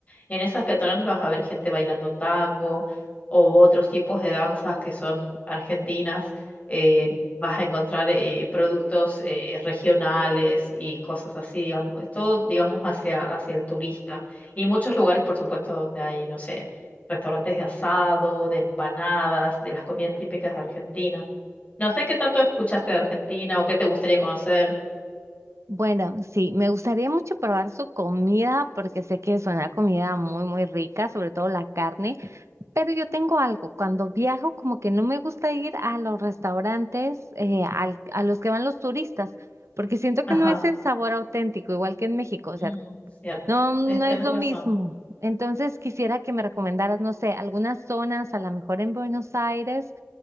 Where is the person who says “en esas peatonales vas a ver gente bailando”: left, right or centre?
Left